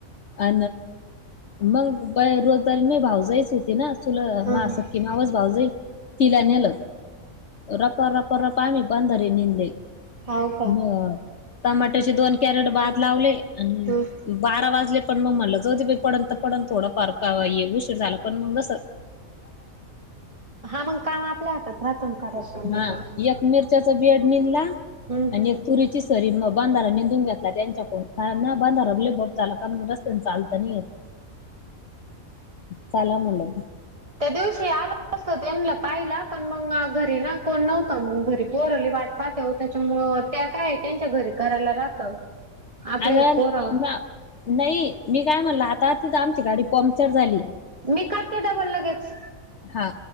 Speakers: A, on the left; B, on the right.
A: अ मग बा रोजदारी मी भाव जायच होती ना तुला मा
B: हा
A: असक् कि मा आवाज भाऊ जाई तिला नेलं रप रप रप आम्ही बंदरे निंदले
B: हाव का
A: मग टमाटरचे दोन कॅरेट भात लावले आणि
B: ह
A: बारा वाजले पण मग म्हणलं ज होते पडंत तर पण थोडं फार का उशीर झाला पण मगस
B: हा मग काम आपल्या हातात प्रथम करत त्यां नाही
A: हा एक मिरच्याचा बेड निंदला
B: हम्
A: आणि एक तुरीची सरी म बांधारा निेंदून घेतला त्यांच्याकडून कारण ना बांधारा ब्लेबब झाला मी रस्ते चालत नाही य चाला म्हलं
B: त्या दिवशी याला असत तेलं पाहिला पण मग घरी ना कोण नव्हतं मग घरी परली वाट पाचेव त्याच्यामु त्या काय त्यांच्या घरी करायला राहत आपले
A: अग
B: पोर
A: का नाही मी काय म्हणलं आता तिथ आमची गाडी पंक्चर झाली <inaudible>
B: मी करते डबल लगेच
A: हा